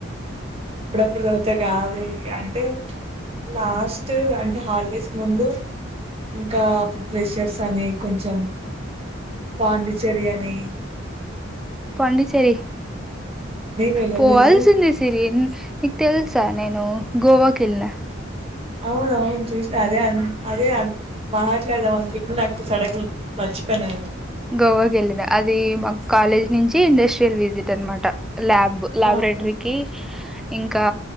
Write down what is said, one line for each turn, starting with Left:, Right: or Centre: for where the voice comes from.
Right: అప్పుడప్పుడు చదివితే గాదు ఇంకా అంటే లాస్ట్ అంటే హాలిడేస్ ముందు ఇంకా అప్పుడు ప్రెషర్స్ అని కొంచెం పాండిచ్చెర్రి అనే
Centre: పాండిచ్చరి
Right: నేను వెళ్ళలేదు
Centre: పోవలిసింది సిరిన్ ఇక తెలుసా నేను గోవాకి వెళ్ళినా
Right: అవును అవును చూసినా అదే అన్ అదే అ మాట్లాడదా అ గిట్ నాకు సడ మ స్పెనాము
Centre: గోవాకి వెళ్ళిన అది మా కాలేజ్ నుంచి ఇండస్ట్రియల్ విజిట్ దేన్మాట ల్యాబ్ ల్యాబోరేటరీకి
Right: ఆహా
Centre: ఇంకా